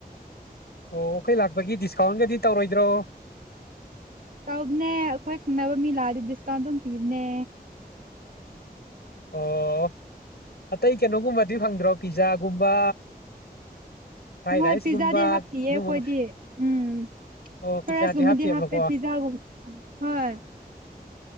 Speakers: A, on the left; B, on the right.
A: ꯑꯣ ꯑꯩꯈꯣꯏ ꯂꯥꯛꯄꯒꯤ ꯗꯤꯁꯀꯥꯎꯟꯒꯗꯤ ꯇꯧꯔꯣꯏꯗ꯭ꯔꯣ
B: ꯇꯕꯅꯦ ꯑꯩꯈꯣꯏ ꯈꯪꯅꯕ ꯃꯤ ꯂꯥꯛꯑꯗꯤ ꯗꯤꯁꯀꯥꯎꯟ ꯑꯗꯨꯝ ꯄꯤꯕꯅꯦ
A: ꯑꯣ ꯑꯇꯩ ꯀꯩꯅꯣꯒꯨꯝꯕꯗꯤ ꯐꯪꯗ꯭ꯔꯣ ꯄꯤꯖꯥꯒꯨꯝꯕ ꯐ꯭ꯔꯥꯏ
B: ꯍꯣꯏ
A: ꯔꯥꯏꯁꯀꯨꯝꯕ
B: ꯄꯤꯖꯥꯗꯤ ꯍꯥꯞꯅꯤꯑꯌꯦ
A: ꯑꯗꯨꯒꯨꯝꯕ
B: ꯑꯩꯈꯣꯏꯗꯤ ꯎꯝ
A: ꯑꯣ ꯄꯤꯖꯥꯗꯤ
B: ꯄ꯭ꯔꯁꯒꯨꯝꯃꯗꯤ
A: ꯍꯥꯞꯇꯦꯕꯀꯣ
B: ꯍꯥꯞꯄꯦ ꯄꯤꯖꯥꯒꯨꯝ ꯍꯣꯏ